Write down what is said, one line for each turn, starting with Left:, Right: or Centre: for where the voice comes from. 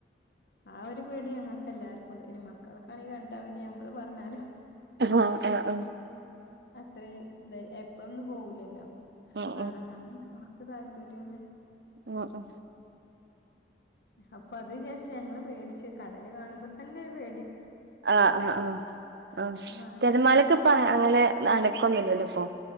Left: ആ ഒരു പെടി അങ്ങക്ക് എല്ലാർക്കുംുണ്ട് ഇനി മക്കൾക്കാണെങ്ക കണ്ടാ പിന്നെ മ്മള് പറഞ്ഞാലും
Right: ആഹ ആ ആ
Left: അത്ര ഇ എപ്പഴൊന്നും പോവുലല്ലോ
Right: ഉം
Left: പറങ്ങ ഒക്കെ താല്പര്യമാണ്
Right: ആ ആ
Left: അപ്പ അതിന്ഷം <unintelligible> പേടിച് കടല് കാണുമ്പോ തന്നെപെ
Right: ആ ആ ആഹ് ആഹ്
Left: മഴ
Right: തിരമാളക്കെ
Left: കാരണം
Right: ഇപ്പ അങ്ങനെ നടക്കൊന്നുമില്ലല്ലോ ഇപ്പോൊ